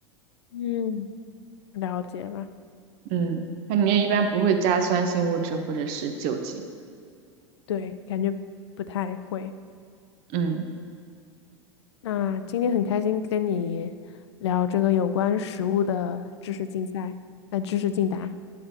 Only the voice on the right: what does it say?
嗯，它里面一般不会加酸性物质或者是酒精。
嗯